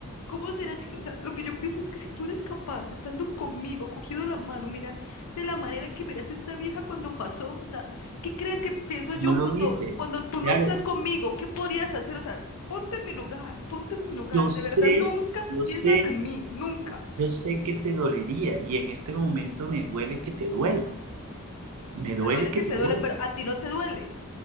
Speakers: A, on the left; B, on the right.
A: ¿cómo será si, o sea, lo que yo pienso es que si tú eres capaz, estando conmigo, cogido de la mano, mirar de la manera que miras a esa vieja cuando pasó, o sea, ¿qué crees que pienso
B: no
A: yo
B: lo
A: cuando,
B: dice.
A: cuando tú no
B: Claro,
A: estás conmigo? ¿Qué podrías hacer? O sea, ponte en mi lugar, ponte en mi lugar,
B: yo sé,
A: de verdad, nunca
B: yo
A: piensas
B: sé,
A: en mí, nunca.
B: yo sé que te dolería y en este momento me duele que te duela, me duele
A: Te duele
B: que
A: que
B: te
A: te
B: duela.
A: duele, pero a ti no te duele.